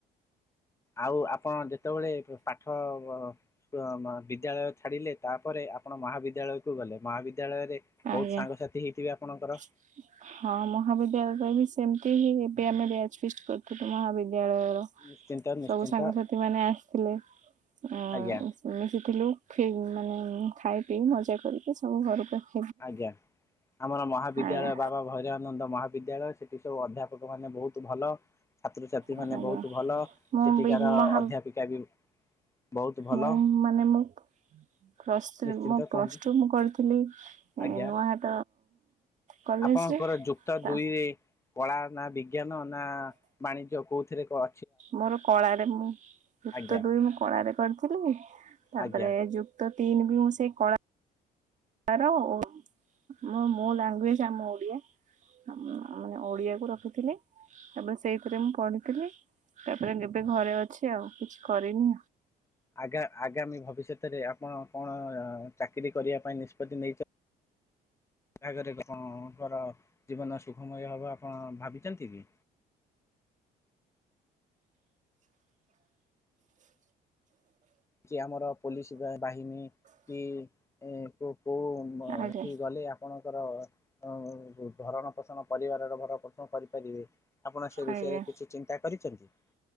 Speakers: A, on the left (about 15°); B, on the right (about 45°).
A: ଆଉ ଆପଣ ଯେତେବେଳେ ପାଠ ବିଦ୍ୟାଳୟ ଛାଡିଲେ ତାପରେ ଆପଣ ମହାବିଦ୍ୟାଳୟକୁ ଗଲେ ମହାବି ବିଦ୍ୟାଳୟରେ
B: ଆଜ୍ଞା
A: ବହୁତ ସାଙ୍ଗସାଥି ହେଇଥିବେ ଆପଣଙ୍କର?
B: <inaudible> ହଁ ମହାବିଦ୍ୟାଳୟରେ ବି ସେମିତି ହିଁ ଏବେ ଆମେ ବ୍ୟାଚ୍ ଫିଷ୍ଟ କରିଥିଲୁ ମହାବିଦ୍ୟାଳୟର।
A: ନିଶ୍ଚିନ୍ତ ନିଶ୍ଚିନ୍ତ
B: ସବୁ ସାଙ୍ଗସାଥି ମାନେ ଆସଥିଲେ ଆଉ
A: ଆଜ୍ଞା
B: ମିଶିଥିଲୁ ଫି ମାନେ ଖାଇ ପିଇ ମଜା କରିକି ସବୁ ଘରୁକୁ ଆ
A: ଆଜ୍ଞା ଆମର ମହାବିଦ୍ୟାଳୟ
B: ଆଜ୍ଞା
A: ବାବା ଭୈରାନନ୍ଦ ମହା ବିଦ୍ୟାଳୟ ସେଠି ସବୁ ଅଧ୍ୟାପକମାନେ ବହୁତ ଭଲ ଛାତ୍ରଛାତ୍ରୀ ମାନେ
B: ଆଜ୍ଞା।
A: ବହୁତ ଭଲ
B: ମୁଁ
A: ସେଠିକାର
B: ବି ମହା
A: ଅଧ୍ୟାପିକା ବି। ବହୁତ ଭଲ
B: ମୁଁ ମାନେ ମୁଁ ପ୍ଲସ୍ ଥ୍ରୀ
A: ନିଶ୍ଚିନ୍ତ
B: ମୋ
A: କୁହନ୍ତୁ
B: ପ୍ଲସ୍ ଟୁ ମୁଁ କରିଥିଲି
A: ଆଜ୍ଞା
B: ନୂଆହାଟ କଲେଜରେ
A: ଆପଣଙ୍କର ଯୁକ୍ତ
B: ତା
A: ଦୁଇ କଳା ନା ବିଜ୍ଞାନ ନା ବାଣିଜ୍ୟ କୋଉଥିରେ କ
B: ମୋର କଳାରେ ମୁଁ। ଯୁକ୍ତ
A: ଆଜ୍ଞା
B: ଦୁଇ ମୁଁ କଳାରେ କରଥିଲି ତାପରେ
A: ଆଜ୍ଞା
B: ଯୁକ୍ତ ତିନି ବି ମୁଁ ସେଇ କଳା ତାର ଓ ମୁଁ ମୋ ଲାଙ୍ଗୁଏଜ ଆମ ଓଡିଆ। ଅଁ ଉ ମାନେ ଓଡିଆକୁ ରଖିଥିଲି। ତାପରେ ସେଇଥିରେ ମୁଁ ପଡିଥିଲି ତାପରେ ଏବେ ଘରେ ଅଛି ଆଉ କିଛି କରିନି।
A: ଆଗା-ଆଗାମୀ ଭବିଷ୍ୟତରେ ଆପଣ କଣ ଚାକିରୀ କରିଆ ପାଇଁ ନିଷ୍ପତ୍ତି ନେଇଚ? ବାହାଘରେ ଆପଣଙ୍କର ଜୀବନ ସୁଖମୟ ହବ ଆପଣ ଭାବିଚନ୍ତି କି? କି ଆମର ପୋଲିସ ବା-ବାହିନୀ କି ଏ କୋ-କୋଉଁ ବ
B: ଆଜ୍ଞା
A: ସିଏ ଗଲେ ଆ ଆପଣଙ୍କର ଅ ବ ଭରଣ ପୋଷଣ ପରିବାରର ଭରଣ ପୋଷଣ କରିପାରିବେ। ଆପଣ ସେ
B: ଆଜ୍ଞା।
A: ବିଷୟରେ କିଛି ଚିନ୍ତା କରିଚନ୍ତି?